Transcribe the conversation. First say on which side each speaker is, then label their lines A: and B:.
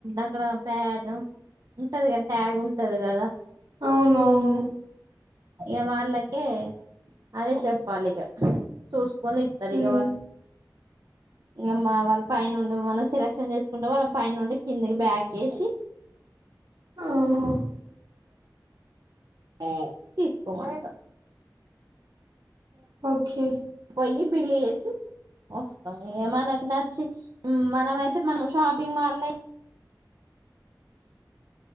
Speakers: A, on the right; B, on the right.
A: అక్కడ పె ఉంటది కదా ట్యాగ్ ఉంటది కదా
B: అవునవును
A: ఇక వాళ్ళకే అదే చెప్పాలి ఇక చూస్ కొనిత్తర్
B: హ్మ్.
A: ఇక వాళ్ ఇంక మ్ మా వాళ్ళ పై నుండి మనం సెలక్షన్ చేసుకుంటే వాళ్ళ పై నుండి కిందకి బ్యాక్ వేసి
B: ఆహ
A: ఏ తీస్కో మనం అం
B: ఓకే
A: పోయిి బిల్లు చేేసి వస్తాం ఇక మనకు నచ్చి మనమ అయితే మనం షాపింగ్ మాల్